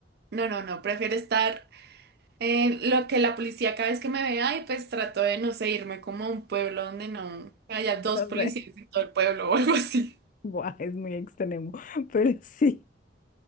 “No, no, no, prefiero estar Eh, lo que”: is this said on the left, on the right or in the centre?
Right